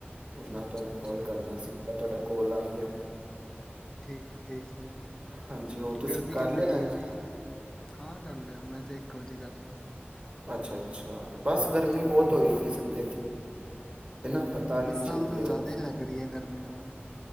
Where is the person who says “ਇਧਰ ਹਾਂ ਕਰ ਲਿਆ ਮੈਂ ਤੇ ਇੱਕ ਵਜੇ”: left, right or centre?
Left